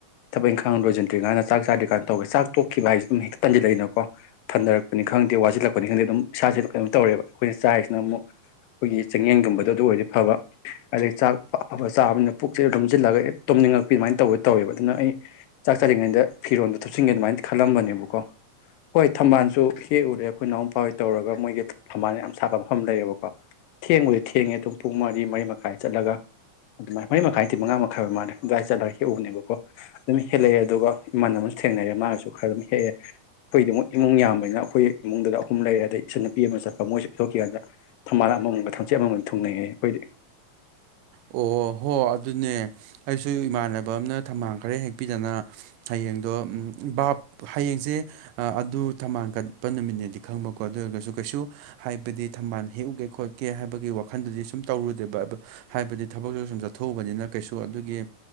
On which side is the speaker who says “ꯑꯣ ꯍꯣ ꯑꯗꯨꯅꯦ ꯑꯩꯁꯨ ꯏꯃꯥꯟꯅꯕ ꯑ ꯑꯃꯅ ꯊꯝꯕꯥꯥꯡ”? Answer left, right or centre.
Right